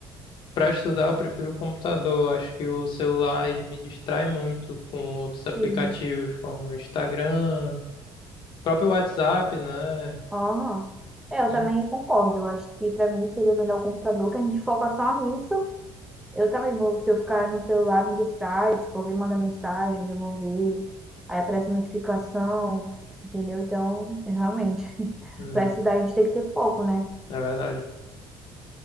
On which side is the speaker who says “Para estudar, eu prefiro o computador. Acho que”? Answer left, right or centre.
Left